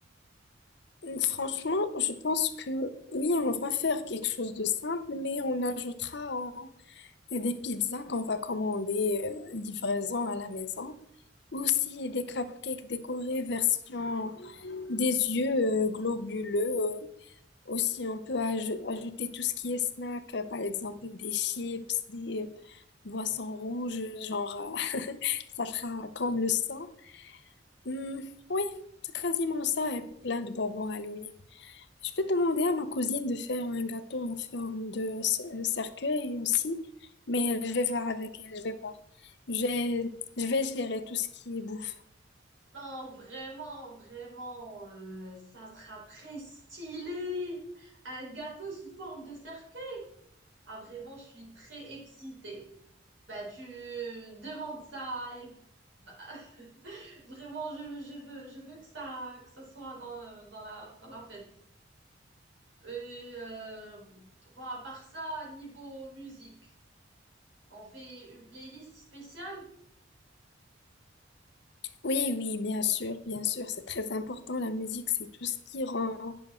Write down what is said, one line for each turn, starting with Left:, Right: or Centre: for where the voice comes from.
Left: Hum, Franchement, je pense que oui, on va faire quelque chose de simple, mais on ajoutera euh, des pizzas qu'on va commander euh, livraison à la maison. Aussi des cupcakes décorés version des yeux euh, globuleux. euh, Aussi, on peut aj- ajouter tout ce qui est snack, euh, par exemple des chips, des euh, boissons rouges, genre euh, <laughs> ça fera comme le sang. Hmm, oui, c'est quasiment ça et plein de bonbons Halloween. Je peux demander à ma cousine de faire un gâteau en forme de ce- euh, cercueil aussi, mais euh, je vais voir avec elle, je vais voir. Je vais, je vais gérer tout ce qui est bouffe.
Right: Non, vraiment, vraiment, euh, ça sera très stylé. Un gâteau sous forme de cercueil. Ah, vraiment, je suis très excitée. Bah, tu demandes ça à elle. Bah, <laughs> vraiment, je, je veux, je veux que ça, que ça soit dans, dans la, dans la fête. Et euh, bon, à part ça, niveau musique, on fait une playlist spéciale?
Left: Oui, oui, bien sûr, bien sûr, c'est très important. La musique, c'est tout ce qui rend